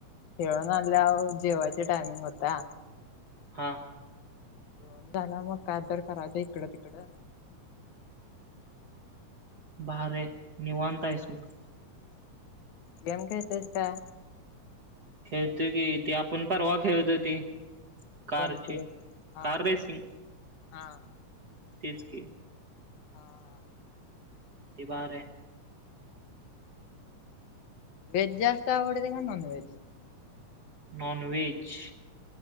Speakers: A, on the left; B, on the right.
A: खेळून आल्या जेवायची टायमिंग होत्या.
B: हां.
A: जेवण झाला मग काय तर करायचं इकडं तिकडं.
B: भारी हाय निवांत आहेस मग.
A: गेम खेळतेस काय.
B: खेळतोय की ते आपण परवा खेळत होती, कारची
A: कोणती हा
B: कार रेसिंग.
A: हा.
B: तेच की.
A: हां हां.
B: ती बार आहे.
A: व्हेज जास्त आवडते का non veg.
B: Non veg